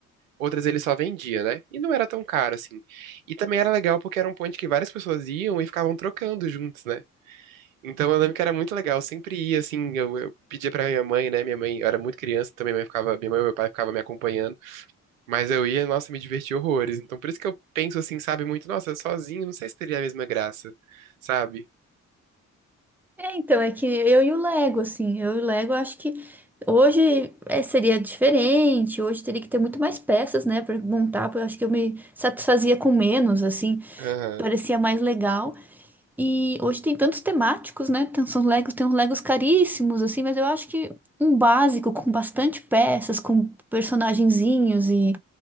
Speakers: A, on the right (about 75°); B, in the centre.
A: Outras ele só vendia, né? E não era tão caro assim. E também era legal porque era um ponto que várias pessoas iam e ficavam trocando juntos, né? Então eu lembro que era muito legal, eu sempre ia assim, eu, eu pedia pra minha mãe, né? Minha mãe, eu era muito criança também, minha mãe ficava, minha mãe e meu pai ficavam me acompanhando, mas eu ia, nossa, me divertia horrores. Então por isso que eu penso assim, sabe, muito, nossa, sozinho, não sei se teria a mesma graça, sabe?
B: É, então, é que eu e o Lego, assim, eu e o Lego acho que hoje é, seria diferente, hoje teria que ter muito mais peças, né, pra montar, porque eu acho que eu me satisfazia com menos, assim,
A: Aham,
B: parecia mais legal. E hoje tem tantos temáticos, né? Tem uns Legos, tem uns Legos caríssimos, assim, mas eu acho que um básico com bastante peças, com personagenzinhos e,